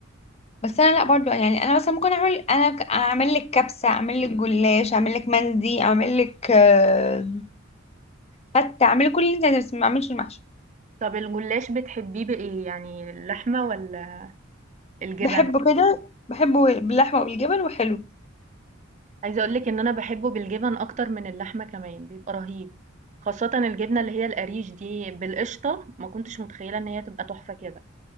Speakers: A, on the left; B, on the right.
A: بس انا لا برضو يعني انا مثلا ممكن اعمل انا ك- اعمل لك كبسه اعمل لك جلاش اعمل لك مندي اعمل لك آه، فتة اعمل لك كل اللي انت عايزاه، بس ما اعملش المحشي
B: طب الجلاش بتحبيه بإيه، يعني اللحمة والّا الجبن؟
A: بحبه كده بحبه باللحمة وبالجبن وحلو
B: عايزة اقول لِك إن أنا باحبه بالجبن أكتر من اللحمة كمان، بيبقى رهيب، خاصةً الجبنة اللي هي القريش دي بالقشطة، ما كنتش متخيلة إن هي تبقى تحفة كده،